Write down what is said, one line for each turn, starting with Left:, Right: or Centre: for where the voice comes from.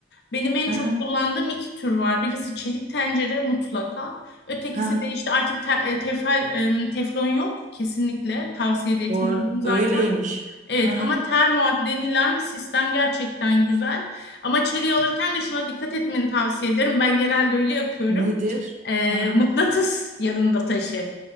Left: Benim en
Right: Hı
Left: çok
Right: hı.
Left: kullandığım iki tür var. Birisi çelik tencere mutlaka. Ötekisi
Right: Hı hı.
Left: de işte artık te- e, tefal, e, teflon yok. Kesinlikle tavsiye de etmiyorum
Right: Doğru.
Left: zaten.
Right: Öyleymiş.
Left: Evet
Right: Hı hı.
Left: ama termoat denilen sistem gerçekten güzel. Ama çeliği alırken de şuna dikkat etmeni tavsiye ederim. Ben genelde öyle yapıyorum.
Right: Nedir?
Left: Ee,
Right: Hı hı.
Left: mıknatıs yanında taşı.